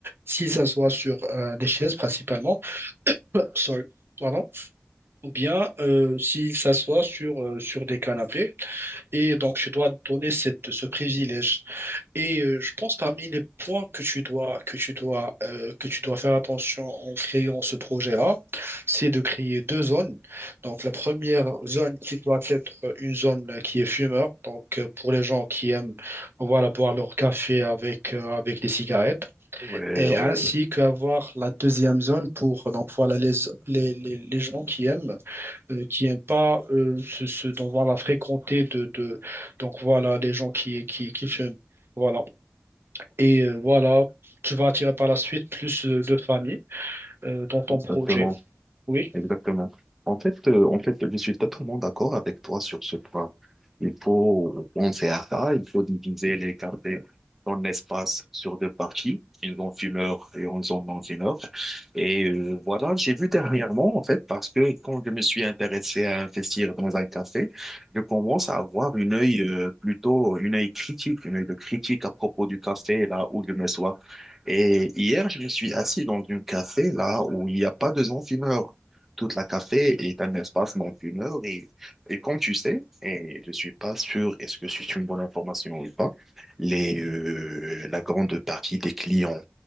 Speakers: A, on the right; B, in the centre.
A: s'ils s'assoient sur euh, des chaises principalement. Sorry, pardon. Ou bien euh, s'ils s'assoient sur, euh, sur des canapés. Et donc, tu dois donner cette, ce privilège. Et euh, je pense parmi les points que tu dois, que tu dois, euh, que tu dois faire attention en créant ce projet-là, c'est de créer deux zones. Donc, la première zone qui doit être une zone qui est fumeur. Donc, euh, pour les gens qui aiment, voilà, boire leur café avec, euh, avec des cigarettes.
B: Ouais,
A: Et
B: ouais,
A: ainsi
B: ouais,
A: qu'avoir la deuxième zone pour, donc, voilà, les, les, les, les gens qui aiment euh, qui n'aiment pas euh, ce, ce- donc voilà, fréquenter de, de donc voilà les gens qui, qui, qui fument. Voilà. Et euh, voilà, tu vas attirer par la suite plus euh, de familles euh, dans ton
B: exactement.
A: projet. Oui.
B: Exactement. En fait, euh, en fait, je suis totalement d'accord avec toi sur ce point. Il faut penser à ça, il faut diviser les quartiers dans espace sur deux parties, une zone fumeur et une zone non-fumeur. Et euh, voilà, j'ai vu dernièrement, en fait, parce que quand je me suis intéressé à investir dans un café, je commence à avoir une œil euh, plutôt, une œil critique, une œil de critique à propos du café, là où je me sois. Et hier, je me suis assis dans un café, là où il n'y a pas de zone fumeur. Toute la café est un espace non fumeur et, et comme tu sais, et je suis pas sûr est-ce que c'est une bonne information ou pas, les, euh, la grande partie des clients,